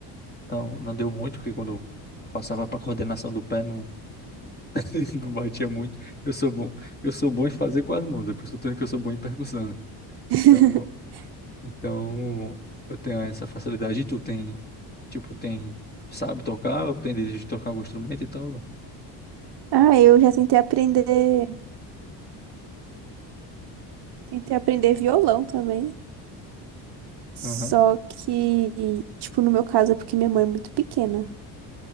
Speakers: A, on the left (about 20°); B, on the right (about 55°).
A: Então, não deu muito, porque quando eu passava pra coordenação do pé, não, <laughs> não batia muito. Eu sou bom, eu sou bom em fazer com as mãos, é por isso que eu sou bom em percussão, né?
B: <laughs>
A: Então, então, eu tenho essa facilidade. E tu tem, tipo, tem, sabe tocar, ou tem desejo de tocar algum instrumento e tal?
B: Ah, eu já tentei aprender, tentei aprender violão também. Só
A: Aham,
B: que, tipo, no meu caso é porque minha mãe é muito pequena.